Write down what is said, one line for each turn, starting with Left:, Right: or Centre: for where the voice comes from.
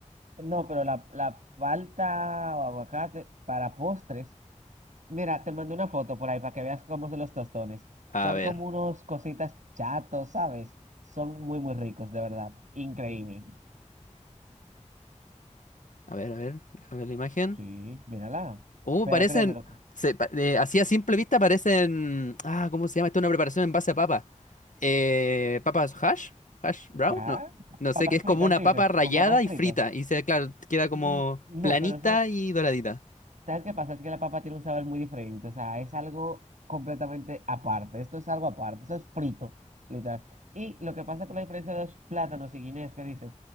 Right: No, pero la, la palta o aguacate para postres. Mira, te mandé una foto por ahí para que veas cómo son los tostones.
Left: A
Right: Son
Left: ver,
Right: como unos cositas chatos, ¿sabes? Son muy, muy ricos, de verdad. Increíble.
Left: a ver, a ver, déjame ver la imagen.
Right: Sí, mírala.
Left: Uh,
Right: Pero
Left: parecen,
Right: créemelo.
Left: se, pa- eh, así a simple vista parecen, ah, ¿cómo se llama? Esto es una preparación en base a papa. Eh, papas hash, hash brown,
Right: ¿Qué?
Left: no, no
Right: ¿Papas
Left: sé, que es
Right: fritas,
Left: como una
Right: dices?
Left: papa rallada
Right: ¿Con papas fritas?
Left: y frita y se, claro, queda como
Right: Mm,
Left: planita
Right: No, pero ¿sabes
Left: y doradita.
Right: ¿Sabes qué pasa? Es que la papa tiene un sabor muy diferente. O sea, es algo completamente aparte. Esto es algo aparte. eso es frito, literal. Y lo que pasa con la diferencia de los plátanos y guineos que dices,